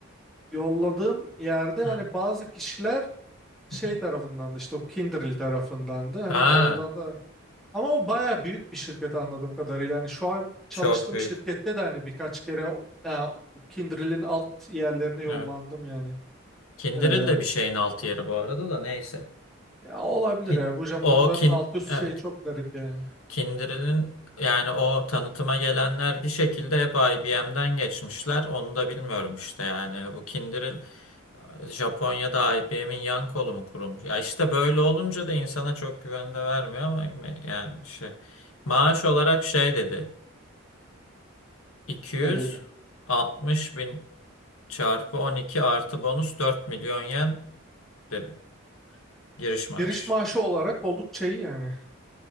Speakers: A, in the centre; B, on the left.
A: yolladığım yerde
B: Evet.
A: hani bazı kişiler şey
B: <laughs> Hı hı.
A: tarafından da işte o Kindrel tarafından da
B: Ha,
A: hani oradan da ama o baya büyük bir şirket anladığım kadarıyla. Hani şu an çalıştığım
B: çok büyük.
A: şirkette de hani birkaç kere o e, o Kindrel'in alt yerlerine yollandım
B: Evet.
A: yani.
B: Kindiril
A: Ee,
B: de bir şeyin altı yeri bu arada da neyse.
A: ya olabilir
B: Kin
A: ya bu Japonların
B: o kin
A: alt üst
B: evet.
A: şeyi çok garip yani.
B: Kindle'in yani o tanıtıma gelenler bir şekilde hep IBM'den geçmişler. Onu da bilmiyorum işte yani bu Kindle Japonya'da IBM'in yan kolu mu kurulmuş? Ya işte böyle olunca da insana çok güven de vermiyor ama me- yani şey maaş olarak şey dedi 260
A: Ne dedi?
B: bin çarpı 12 artı bonus 4 milyon yen dedi giriş maaşı.
A: Giriş maaşı olarak oldukça iyi yani.